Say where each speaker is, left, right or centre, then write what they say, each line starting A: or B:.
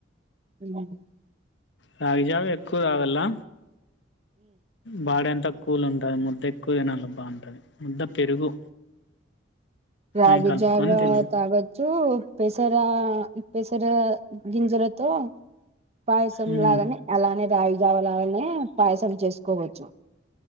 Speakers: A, on the right (about 35°); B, on the left (about 65°).
A: హ్మ్మ్
B: రాగి జావా ఎక్కువ తాగలా బాడీ అంతా కూల్ ఉంటది ముద్ద ఎక్కువ తినాలి బాగుంటంది ముద్ద పెరుగు
A: రాగిజావా
B: అయి కలుపుకొని తినాలి
A: తాగోత్ చూ పెసరా పెసరా గింజరతో పాయసం
B: మ్మ్
A: లాగనే అలానే రాగి జావలాగానే పాయసం చేసుకోవచ్చు.